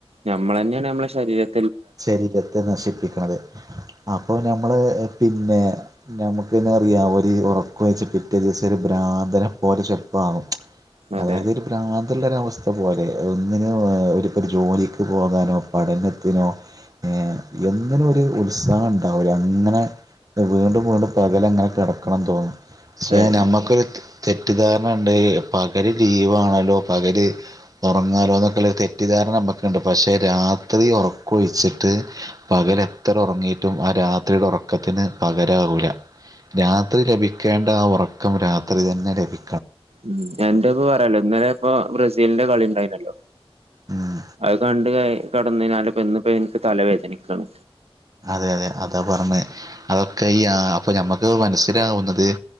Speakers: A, on the right; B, on the right.
A: നമ്മളന്നെയാണ് നമ്മളെ ശരീരം
B: ശരീരത്തെ നശിപ്പിക്കണത് അപ്പോ നമ്മൾ പിന്നെ നമുക്ക്ന്നെ അറിയാം ഒരു ഉറക്കയിച്ച പിറ്റേ ദിവസം <unintelligible> <unintelligible>
A: അതെ
B: അതായദ് രു പ്രാന്ത ത്തുള്ളൊരവസ്ഥ പോലെ ഒന്നിനന് ഒരുപ്പ ജോലിക്ക് പോകാനോ പഠനത്തിനോ ഏഹ് എങ്ങനെ ഒരു ഉത്സാഹം ഉണ്ടാവല ഇങ്ങനെ വീണ്ടും വീണ്ടും പകല അങ്ങനെ കിടക്കണം തോന്നുന്നു പക്ഷേ
A: അതെ
B: നമ്മക്കൊരു തെറ്റിദ്ധാരണ ഉണ്ട പകല് ലീവാണല്ലോ പകര് ഉറങ്ങാലോ എന്നൊക്കെ തെറ്റിദ്ധാരണ നമുക്കുണ്ട് പക്ഷെ രാത്രി ഉറ കൊ ഒഴിച്ചിട്ട് പകല എത്ര ഉറങ്ങിട്ടും ആ രാത്രിയുടെ ഉറക്കത്തിന് പകറവൂല രാത്രി ലഭിക്കേണ്ട ആ ഉറക്കം രാത്രി തന്നെ ലഭി
A: ഉം എന്റെപ്പ പറയാലോ ഇന്നലെ ഇപ്പൊ ബ്രസീലിന്റെ കളി ഉണ്ടായിനല്ലോ
B: ഉം
A: അത് കണ്ട് ക കടന്നതിനാല പ ഇന്നപ്പോ എനിക്ക് തല വേദനിക്കണ്
B: അതെ അതെ അതാ പറഞ്ഞത് അതൊക്കെ ഈ അപ്പൊ ഞമ്മക്ക് മനസ്സിലാവുന്നത് ഈ